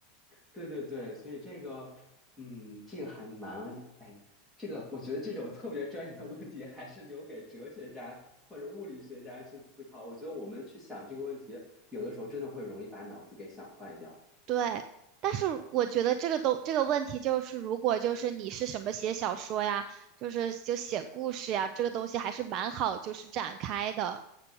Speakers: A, in the centre; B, on the right.
A: <laughs> 对对对，所以这个，嗯，这个还蛮，哎，这个我觉得这种特别专业的问题，还是留给哲学家或者物理学家去思考。我觉得我们去想这个问题，有的时候真的会容易把脑子给想坏掉。
B: 对，但是我觉得这个都这个问题就是，如果就是你是什么写小说呀，就是就写故事呀，这个东西还是蛮好就是展开的。